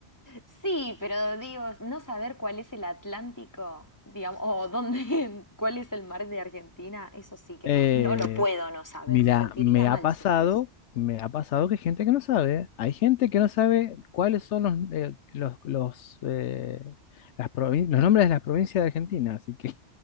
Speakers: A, on the left; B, on the left.
A: sí, pero digo, no saber cuál es el Atlántico, digamos, o dónde, <laughs> cuál es el mar de Argentina, eso sí que
B: Eh,
A: no, no lo puedo no saber,
B: Mira,
A: me sentiría
B: me
A: mal
B: ha pasado,
A: si no lo sé.
B: me ha pasado que hay gente que no sabe, hay gente que no sabe cuáles son los, eh, los, los, eh, las provin- los nombres de las provincias de Argentina, así que